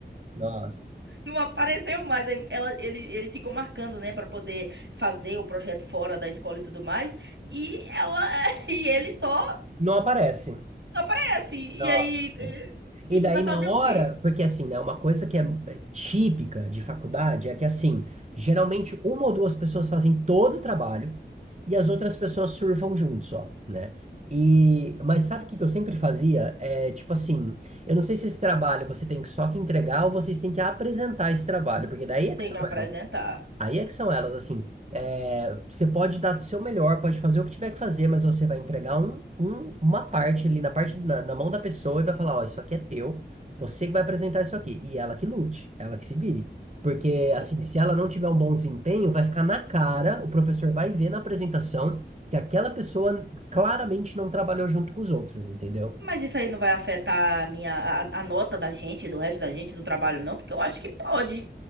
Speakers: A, on the right; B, on the right.
A: Nossa.
B: Não apareceu mais. Aí Ela, ele, eles ficam marcando, né, Pra poder fazer o projeto fora da escola e tudo mais. E ela <laughs> e ele só
A: Não aparece.
B: aparece. E
A: Nossa.
B: aí eh, e,
A: E daí
B: e vai fazer
A: na hora,
B: o quê?
A: porque assim, né, uma coisa que é é típica de faculdade é que assim, geralmente uma ou duas pessoas fazem todo o trabalho e as outras pessoas surfam junto só, né? E, mas sabe o que que eu sempre fazia? É tipo assim, eu não sei se esse trabalho você tem que só que entregar ou vocês têm que apresentar esse trabalho, porque daí é
B: Tem
A: que são
B: que apresentar.
A: elas. Aí é que são elas, assim. é, você pode dar o seu melhor, pode fazer o que tiver que fazer, mas você vai entregar um, um- uma parte ali na parte na, na mão da pessoa e vai falar, ó, isso aqui é teu, você que vai apresentar isso aqui. E ela que lute, ela que se vire. Porque, assim,
B: O-
A: se
B: o-
A: ela não tiver um bom desempenho, vai ficar na cara, o professor vai ver na apresentação que aquela pessoa claramente não trabalhou junto com os outros, entendeu?
B: Mas isso aí não vai afetar a minha a, a nota da gente, do resto da gente no trabalho, não? Porque eu acho que pode.